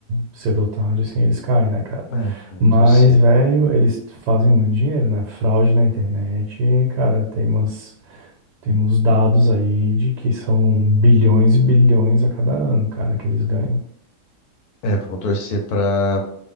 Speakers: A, on the right (about 80°); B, on the left (about 70°).
A: cedo ou tarde, assim, eles caem, né, cara?
B: É, vamos
A: Mas,
B: torcer.
A: velho, eles fazem muito dinheiro, né? Fraude na internet, cara, tem umas, tem uns dados aí de que são bilhões e bilhões a cada ano, cara, que eles ganham.
B: É, vamos torcer pra,